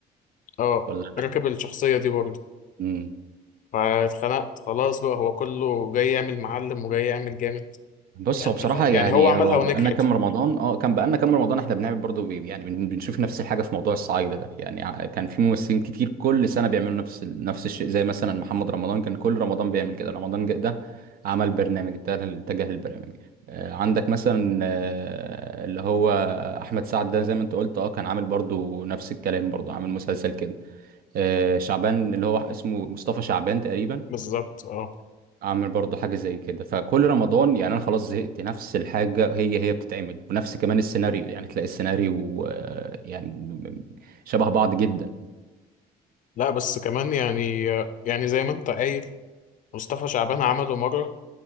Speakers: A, on the left; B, on the right.
A: اه
B: ولا
A: راكب الشخصية دي برضه
B: مم.
A: فاتخنقت خلاص بقى هو كله جاي يعمل معلم وجاي يعمل جامد
B: بص
A: يعني
B: هو بصراحة
A: خ...
B: يعني
A: يعني هو عملها
B: هو
A: ونجحت
B: بقالنا كام رمضان اه كان بقالنا كام رمضان احنا بنعمل برضه بي- يعني بن- بنشوف نفس الحاجة في موضوع الصعايدة ده يعني ع- كان في ممثلين كتير كل سنة بيعملوا نفس ال- نفس الشيء زي مثلا محمد رمضان كان كل رمضان بيعمل كده رمضان جه- ده عمل برنامج اتجه اتجه للبرنامج آه، عندك مثلا آه، اللي هو احمد سعد ده زي ما انت قلت اه كان عامل برضه نفس الكلام برضه عامل مسلسل كده آه، شعبان اللي هو اسمه مصطفى شعبان تقريبا
A: بالظبط اه
B: اعمل برضو حاجه زي كده فكل رمضان يعني انا خلاص زهقت نفس الحاجه هي هي بتتعمل ونفس كمان السيناريو يعني تلاقي السيناريو آه، يعني م- م- شبه بعض جدا
A: لا بس كمان يعني يعني زي ما انت قايل مصطفى شعبان عمله مرة